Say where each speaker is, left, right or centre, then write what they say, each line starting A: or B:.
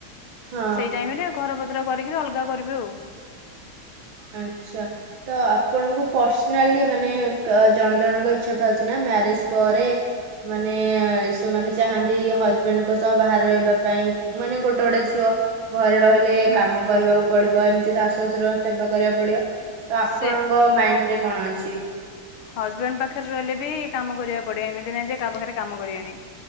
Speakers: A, on the right; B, on the left.
A: ହଁ।
B: ସେଇ ଟାଇମ୍ ରେ ଘର ପତ୍ର କରି କିରି ଅଲଗା କରିବେ ଆଉ।
A: ଆଚ୍ଛା। ତ ଆପଣଙ୍କୁ ପସ୍ନାଲି ମାନେ କ ଜଣେ ଜଣଙ୍କ ଇଚ୍ଛା ଥାଉଚି ନା ମ୍ୟାରେଜ୍ ପରେ ମାନେ ସେମାନେ ଚାହାନ୍ତି ହଜବେଣ୍ଡ୍ ଙ୍କ ସହ ବାହାରେ ରହିବା ପାଇଁ ମାନେ ଗୋଟେ ଗୋଟେ ଝୁଅ। ଘରେ ରହିଲେ
B: ହୁଁ
A: କାମ କରିବାକୁ ପଡିବ ଏମିତି ଶାଶୁ ଶ୍ୱଶୁର ସେବା କରିବାକୁ ପଡିବ। ତ ଆପଣଙ୍କ
B: ସେ
A: ମାଇଣ୍ଡ୍ ରେ କଣ ଅଛି?
B: ହଜବେଣ୍ଡ୍ ପାଖରେ ରହିଲେ ବି କାମ କରିଆକୁ ପଡିବ ଏମିତି ନାଇଁ ଯେ କା ପାଖରେ କାମ କରିଏନି।